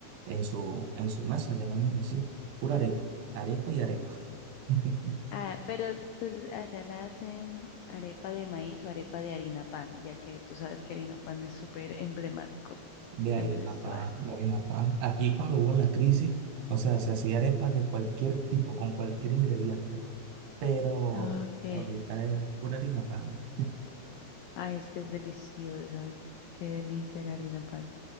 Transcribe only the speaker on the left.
Ah, pero tú l- allá la hacen arepa de maíz o arepa de harina pan, ya que tú sabes que harina pan es súper emblemático
en Venezuela.
Ok.
Ay, es que es deliciosa. Qué delicia la harina pan.